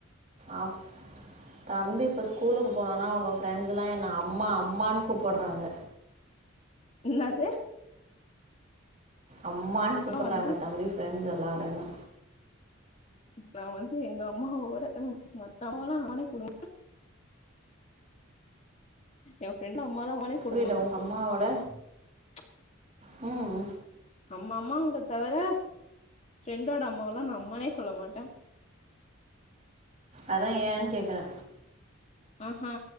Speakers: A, on the right; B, on the left.
A: அப் தம்பி இப்ப ஸ்கூலுக்கு போனானா அவுங்க ப்ரெண்ஸெல்லா என்ன அ ம்மா அம்மான் கூப்பட்றாங்க
B: இன்னாது
A: அம்மான் கூப்புட்றாங்க
B: வந்து
A: தம்பி ஃப்ரெண்ஸ் எல்லாரு என்ன
B: நா வந்து எங்க அம்மாவோட ம் மத்த அம்மாலா அம்மானே கூப்ட மாட்ட எ ப்ரெண் நம்மெல்லா ஒரே
A: புரியல
B: குடும்போ <inaudible>
A: உங்கள் அம்மாவோட ம்
B: நம்ம அம்மாங்ள தவிர ப்ரெண்டோட அம்மாவெல்லா நா அம்மானே சொல்ல மாட்டே
A: அதா ஏன் கேக்குறே
B: ஆஹா